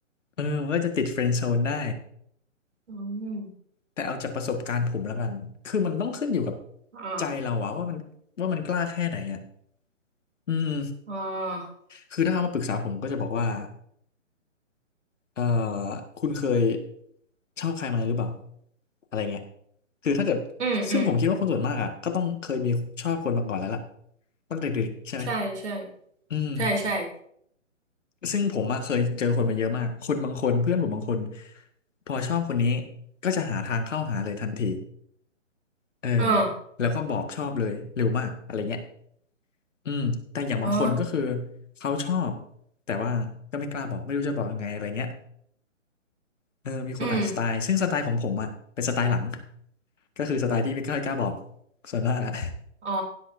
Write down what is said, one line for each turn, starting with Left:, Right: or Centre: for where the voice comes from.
Left: เออมันก็จะติดเฟรนด์โซนได้
Right: อืม
Left: แต่เอาจากประสบการณ์ผมแล้วกันคือมันต้องขึ้นอยู่กับ
Right: อ่า
Left: ใจเราอะว่ามันว่ามันกล้าแค่ไหนอะอืม
Right: อ่า
Left: คือถ้าเขามาปรึกษาผมก็จะบอกว่าเอ่อคุณเคยชอบใครมาหรือเปล่าอะไรเงี้ยคือถ้าเกิด
Right: อืมอืม
Left: ซึ่งผมคิดว่าคนส่วนมากอะก็ต้องเคยมีชอบคนมาก่อนแล้วล่ะตั้งแต่เด็กๆใช่ไหม
Right: ใช่ใช่
Left: อืม
Right: ใช่ใช่
Left: ซึ่งผมอะเคยเจอคนมาเยอะมากคนบางคนเพื่อนผมบางคนพอชอบคนนี้ก็จะหาทางเข้าหาเลยทันทีเออ
Right: อ่า
Left: แล้วก็บอกชอบเลยเร็วมากอะไรเงี้ย อืมแต่อย่างบางคนก็คือ
Right: อ๋อ
Left: เขาชอบแต่ว่าก็ไม่กล้าบอกไม่รู้จะบอกยังไงอะไรเงี้ยเออมีคนหลายสไตล์ซึ่งสไตล์ของผมอะเป็นสไตล์หลัง
Right: อืม
Left: ก็คือสไตล์ที่ไม่กล้ากล้าบอกส่วนมากอะ <laughs>
Right: อ๋อ